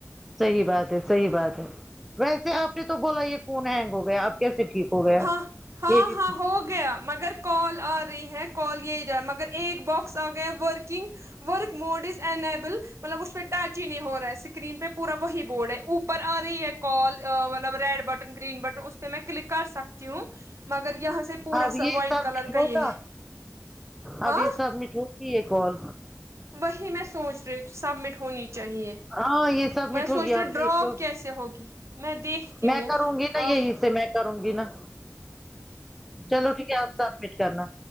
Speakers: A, in the centre; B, on the right.
A: صحیح بات ہے صحیح بات ہے ویسے آپ نے تو بولا یہ فون ہینگ ہو گیا آپ کیسے ٹھیک ہو گیا
B: ہاں ہاں
A: یہ بھی
B: ہاں ہو گیا مگر کال آ رہی ہے کال یہ جا مگر ایک باکس آ گیا working work mode is enable مطلب اس پہ اٹیچ ہی نہیں ہو رہا ہے اس کرین پہ پورا وہی بورڈ ہے اوپر آ رہی ہے کال ا مطلب ریڈ بٹن گرین بٹن اس پہ میں کلک کر سکتی ہوں مگر یہاں سے پورا
A: اب
B: س
A: یہ
B: وائٹ
A: سبمٹ
B: کلر کا
A: ہوگا
B: یہ ہے ہاں
A: اب یہ سبمٹ ہوگی یے کل
B: وہی میں سوچ رہی ہوں سبمت ہونی چاہیے
A: ہاں یہ سبمٹ
B: میں سوچ
A: ہوگی آپ
B: رہی ہوں ڈراپ
A: دیکھ لو
B: کیسے ہوگی میں دیکھتی ہوں
A: میں کروں گی نا
B: آپ
A: یہیں سے میں کروں گی نا چلو ٹھیک ہے آپ سبمٹ کرنا